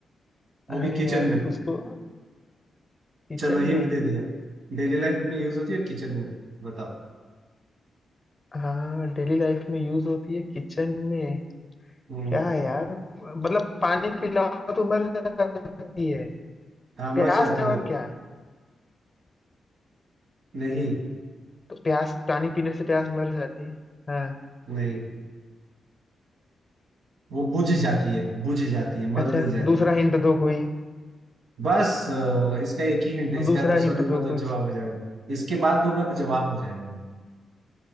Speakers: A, on the right (about 75°); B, on the left (about 25°).
A: वो
B: अरे
A: भी किचन
B: यार
A: में
B: उसको किचन
A: चलो हिंट
B: में
A: दे दिया डेली लाइफ में यूज होती है किचन में बताओ
B: हाँ डेली लाइफ में यूज होती है किचन में
A: हम्म
B: क्या है यार मतलब पानी पिलाओ तो मर जाती है
A: हाँ मर
B: प्यास
A: जाती
B: है और
A: है
B: क्या
A: नहीं
B: तो प्यास पानी पीने से प्यास मर जाती है हाँ
A: नहीं वो बुझ जाती है बुझ जाती है मर
B: अच्छा
A: नहीं जाती
B: दूसरा हिंट दो कोई
A: बस अ, इसका एक ही हिंट है
B: तो
A: इसका
B: दूसरा
A: दूसरा
B: हिंट
A: दूंगा
B: दो
A: तो
B: कुछ।
A: जवाब हो जाएगा इसके बाद दूंगा तो जवाब हो जाएगा